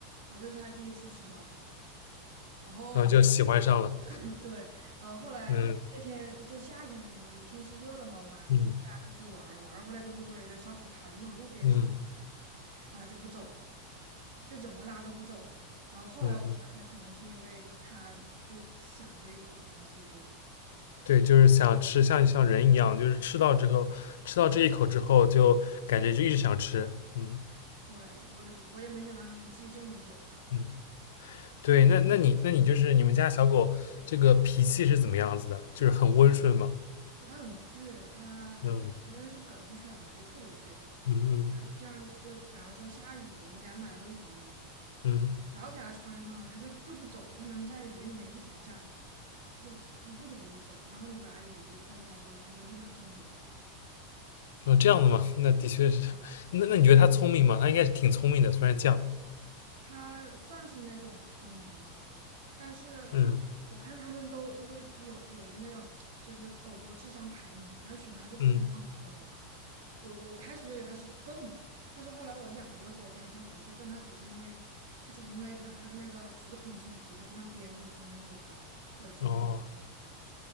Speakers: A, on the right; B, on the left.
A: 然后这是他第一次吃烧烤，然后
B: 然后就喜欢上了。
A: <laughs> 对，然后后来那天就夏天天气热了嘛，
B: 嗯
A: 我妈带她出去玩儿，
B: 嗯
A: 玩儿回来就路过一个烧烤摊儿，就那种路边烧烤摊儿，
B: 嗯
A: 然后她就不走了，就怎么拉都不走了。然后后来我想起来，
B: 嗯嗯
A: 可能是因为他就想这一口，然后所以就
B: 对，就是想吃，像像人一样，就是吃到之后，吃到这一口之后，就感觉就一直想吃。嗯
A: 对我我也没想到他能记这么久。
B: 嗯，对，那那你那你就是你们家小狗这个脾气是怎么样子的？就是很温顺吗？
A: 不，它很倔，它可能因为是梗犬吧，
B: 嗯
A: 就特别倔。
B: 嗯嗯
A: 就这样，就比方说下雨，我们给它买了个雨衣，
B: 嗯，
A: 只要给它穿上了，它就就不走，它能在雨里面一直站，它就一一步都不会走。然后你把雨衣脱下来之后，它就立马健步如飞。
B: 哦，这样的嘛，那的确是。那那你觉得它聪明吗？它应该是挺聪明的，虽然犟。
A: 它算是那种聪明的狗，但是因为我看他们都就是有有一个那种就是狗狗智商排名，
B: 嗯
A: 然后选它就排在很后面。
B: 嗯，
A: 我我开始就以为它是笨，但是后来我养了这个狗，发现它不是笨，它只是因为它只是因为它它那个服从性低，它不像边牧服从性特别高，或者金毛服从性特别高，
B: 哦，